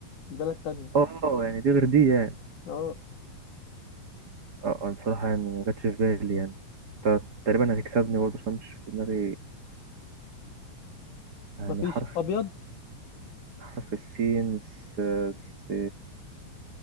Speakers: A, on the left (about 60°); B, on the right (about 65°).
A: دي بلد تانية
B: اه يعني دي غير دي يعني
A: اه
B: اه انا بصراحة يعني ما جاتش في بالي يعني ت- تقريبا هتكسبني برضه عشان مش في دماغي يعني
A: مفيش
B: حرف
A: ابيض
B: حرف السين س... س...